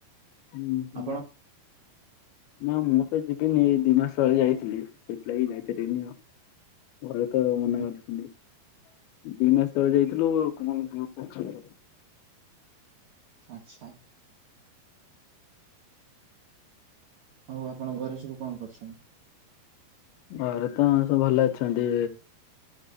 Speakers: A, on the left; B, on the right.
A: ହୁଁ ହୁଁ
B: ଆପଣ
A: ନା ମୁଁ ତ ଯିବିନି ଏ ଦି ମାସହେଇ ଯାଇଥିଲି ସେଇଥିଲାଗି ଯାଇପାରିବିନି ଆଉ। ଘରେ ତ ମନା
B: ହୁଁ
A: କରିଚନ୍ତି। ଦି ମାସ ତଳେ ଯାଇଥିଲୁ <inaudible> ଆଉ ତ ଝଅ
B: ଆଚ୍ଛା। ଆଉ ଆପଣ ଘରେସବୁ କଣ କରୁଛନ୍ତି?
A: ଘରେ ତ ସବୁ ଭଲ ଅଛନ୍ତି।